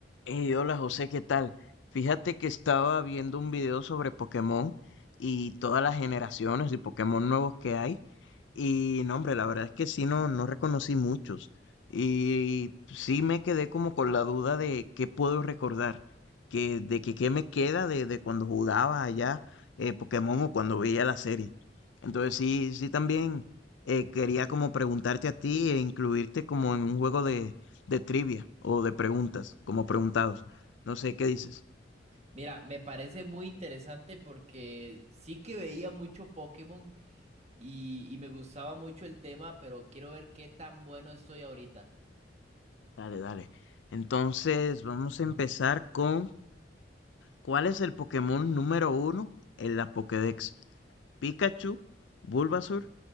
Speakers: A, on the left; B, on the right.
A: Hey, hola José, ¿qué tal? Fíjate que estaba viendo un video sobre Pokémon y todas las generaciones y Pokémon nuevos que hay. Y no, hombre, la verdad es que sí, no, no reconocí muchos. Y sí me quedé como con la duda de qué puedo recordar, que, de que qué me queda de, de cuando jugaba allá eh, Pokémon o cuando veía la serie. Entonces sí, sí también eh, quería como preguntarte a ti e incluirte como en un juego de trivia o de preguntas, como preguntados. No sé qué dices.
B: Mira, me parece muy interesante porque sí que veía mucho Pokémon y, y me gustaba mucho el tema, pero quiero ver qué tan bueno estoy ahorita.
A: Dale, dale. Entonces, vamos a empezar con ¿cuál es el Pokémon número uno en la Pokédex? ¿Pikachu, Bulbasaur,